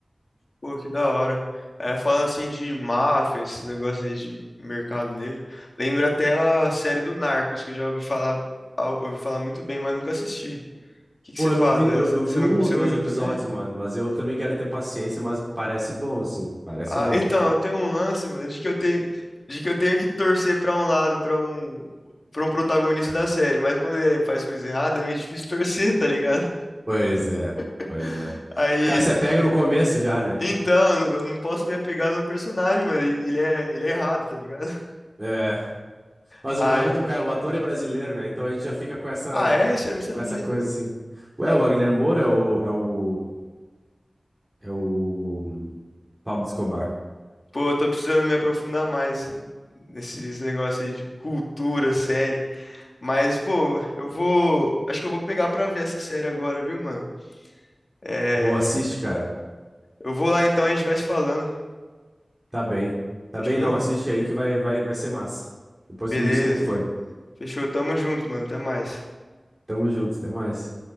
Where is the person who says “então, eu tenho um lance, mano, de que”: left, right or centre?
Left